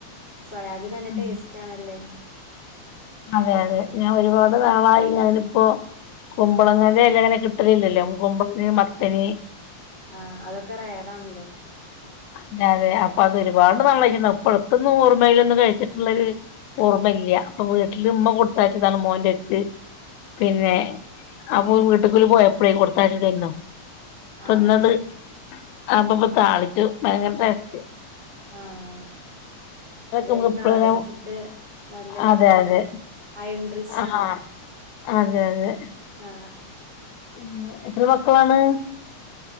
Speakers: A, on the right; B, on the left.
A: സോയാബി നല്ല
B: ഉം
A: ടേസ്റ്റ് ആണല്ലേ.
B: അതെ അതെ. ഞാൻ ഒരുപാട് നാളായി ഞാനിപ്പോ. കുമ്പളങ്ങാടെ എല ഇങ്ങനെ കിട്ടലില്ലല്ലോ കുമ്പളങ്ങ മത്തണി
A: ആഹ് അതൊക്കെ റെയറാണല്ലോ
B: <unintelligible> അതെ അപ്പൊ അത് ഒരുപാട് നാ <unintelligible> ഇപ്പഴത്തന്നും ഓർമ്മയിലൊന്നും കഴിച്ചിട്ടുള്ളൊരു ഓർമ്മല്ല്യ. അപ്പൊ വീട്ടില് മ്മ കൊടുത്തയച്ചതാണ് മോന്റെ എര്ത്ത്. പിന്നെ അപ്പൊ വീട്ടിക്കില് പോയ പ്പളെ കൊടുത്തയച്ചതായിരുന്നോ പ്പന്നത്
A: ആഹ് അത് ശരി
B: അപ്പൊപ്പൊ താളിച്ചു ഭയങ്കര ടാസ്റ്റ്.
A: ആഹ് അല്ലെലും
B: നമുക്ക് എപ്പഴും
A: നാഡൻ ഫുഡ് നല്ല
B: അതെ അതെ
A: അയ്ൻ ട്രിച്ച്
B: ആഹ്
A: ആണല്ലോ.
B: അതെ അതെ
A: ആ
B: പി ന്നെഎത്ര മക്കളാണ്